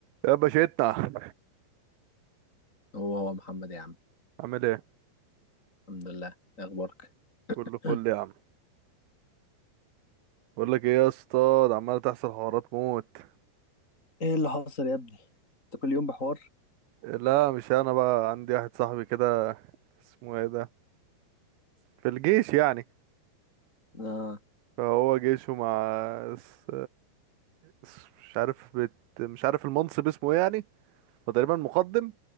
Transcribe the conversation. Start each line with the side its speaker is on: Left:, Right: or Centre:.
Right: يا باشتنا
Left: هو هو محمد يا عم
Right: عامل ايه
Left: الحمد لله إيه اخبارك
Right: كله
Left: <clears throat>
Right: فل يا عم بقول لك ايه يا اسطى ده عمال تحصل حوارات موت
Left: ايه اللي حصل يا ابني انت كل يوم بحوار
Right: لا مش انا بقى عندي واحد صاحبي كده اسمه ايه ده في الجيش يعني
Left: اه
Right: فهو جيشه مع اس... اس... مش عارف بت... مش عارف المنصب اسمه ايه يعني هو تقريبا مقدم